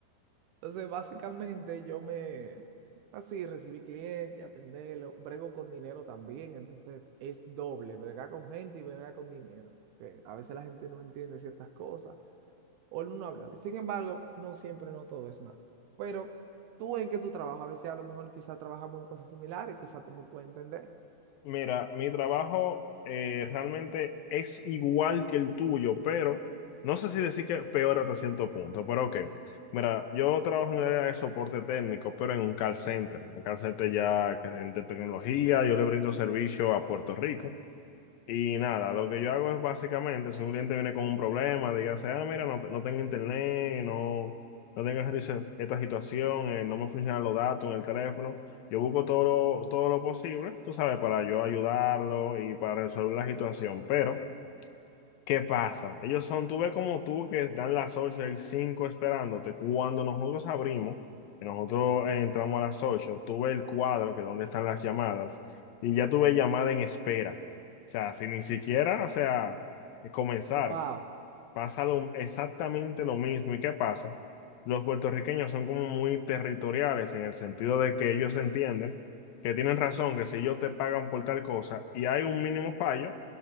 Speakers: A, on the right; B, on the left.
A: Entonces, básicamente yo me, así, recibí clientes, atenderlo, brego con dinero también, entonces es doble, bregar con gente y bregar con dinero, que a veces la gente no entiende ciertas cosas o no habla. Sin embargo, no siempre, no todo es malo. Pero tú en que tú trabajas, a veces a lo mejor quizás trabajamos en cosas similares, quizás tú me puedes entender.
B: Mira, mi trabajo eh, realmente es igual que el tuyo, pero no sé si decir que peor hasta cierto punto, pero ok. Mira, yo trabajo en el área de soporte técnico, pero en un call center. Un call center ya que es de tecnología, yo le brindo servicio a Puerto Rico. Y nada, lo que yo hago es básicamente, si un cliente viene con un problema, dígase, ah, mira, no, te- no tengo internet, no, no tengo esta dice- esta situación, eh, no me funcionan los datos en el teléfono, yo busco todo lo, todo lo posible, tú sabes, para yo ayudarlo y para resolver la situación, pero... ¿Qué pasa? Ellos son, tú ves como tú que dan las 8 hay 5 esperándote. Cuando nosotros abrimos, que nosotros eh, entramos a las ocho tú ves el cuadro que donde están las llamadas y ya tuve llamada en espera. O sea, sin ni siquiera, o sea, comenzar
A: Wow.
B: pasa lo- exactamente lo mismo. ¿Y qué pasa? Los puertorriqueños son como muy territoriales en el sentido de que ellos entienden que tienen razón, que si ellos te pagan por tal cosa y hay un mínimo fallo, o